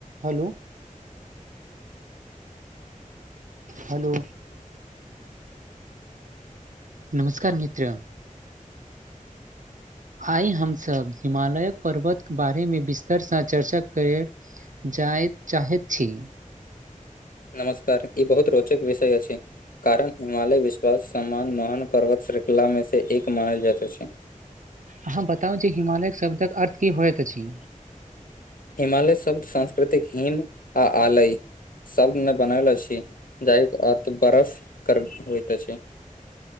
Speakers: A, on the right (about 65°); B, on the left (about 85°).
A: Hello hello नमस्कार मित्र आइ हमसब हिमालयक पर्वत बारे मे विस्तरसँ चर्चा करे जायत चाहैत छी
B: नमस्कार ई बहुत रोचक विषय अछि कारण हिमालय विश्व समान महान पर्वत श्रृंखला में से एक मानल जात अछि
A: अहाँ बताउ जे हिमालयक शब्दक अर्थ की होइत अछि
B: हिमालय शब्द सांस्कृतिक हिम आ आलय सबने बनल अछि जइ के अर्थ बर्फ कर होइत अछि